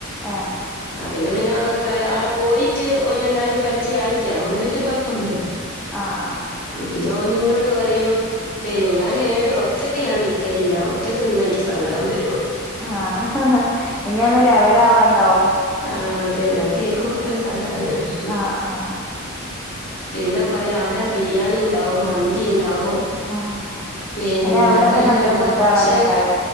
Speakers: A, in the centre; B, on the left.
A: ആഹ്
B: ആഹ് പിന്നെ പിന്നെ അവന്ക്ക് അവിടെ പോയിട്ട് ഓനെ എല്ലാരെയും പരിചയഅയിക്ക് അതുകൊണ്ട് വല്യ കുഴപ്പോന്നുല്ല
A: ആഹ് ആഹ്
B: പിന്നെ ഓൻ എന്നോട് പറയും പിന്നെ ഞാൻ എടെ ഒറ്റക്ക് ഞാൻ നിക്കലില്ല ഒറ്റക്ക് നിന്ന എനിക്ക് സങ്കടം വരും
A: ആഹ് അഹഹ ഇനി ഒന്നും ലെവലാവാണ്ടാവും
B: ആ അതന്നെ അതുകേക്കുമ്പോക്കെ ഒരു സങ്കടം വരും
A: ആഹ് ആഹ്
B: പിന്നെ പറയാ അടെ ബിരിയാണി ഇണ്ടാവും മന്തി ഇണ്ടാവും
A: ആഹ്
B: <unintelligible>
A: അയ്ന്
B: അങ്ങനെല്ലാണ്ടാവും
A: അവിടൊക്കെ നല്ല ഫുഡ്
B: പക്ഷെ
A: ആണല്ലോ ഇണ്ടാക